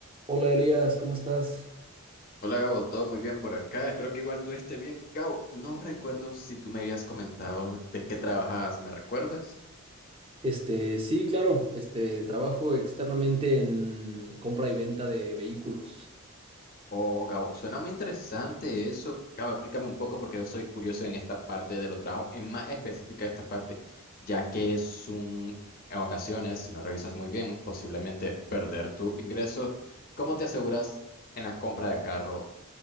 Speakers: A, on the right; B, on the left.
A: Hola Elías, ¿cómo estás?
B: Hola Gabo, todo muy bien por acá. Espero que igual tú estés bien. Gabo, no recuerdo si tú me habías comentado de qué trabajabas, ¿me recuerdas?
A: Este, sí, claro, este, trabajo externamente en compra y venta de vehículos.
B: Oh, Gabo, suena muy interesante eso. Gabo, explícame un poco porque yo soy curioso en esta parte de los trabajos, en más específica esta parte, ya que es un, en ocasiones, si no revisas muy bien, posiblemente perder tu ingreso. ¿Cómo te aseguras en la compra de carro?